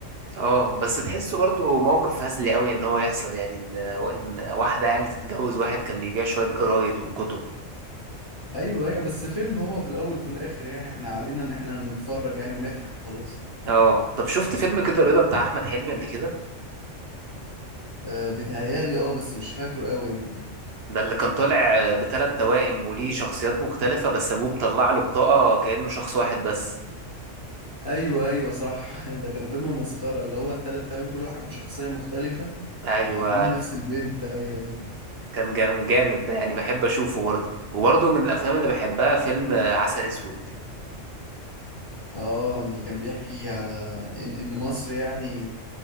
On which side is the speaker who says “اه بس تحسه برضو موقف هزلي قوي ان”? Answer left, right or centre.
Right